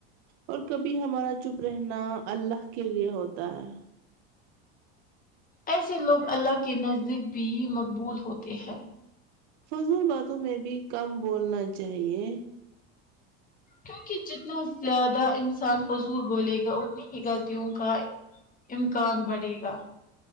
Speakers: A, on the right; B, on the left.
A: اور کبھی ہمارا چپ رہنا الله کے لیے ہوتا ہے
B: ایسے لوگ اللہ کے نزدیک بھی مقبول ہوتے ہیں
A: فضول باتوں میں بھی کم بولنا چاہیے
B: کیونکہ جتنا زیادہ انسان فضول بولے گا اتنی ہی غلطیوں کا امکان بڑھے گا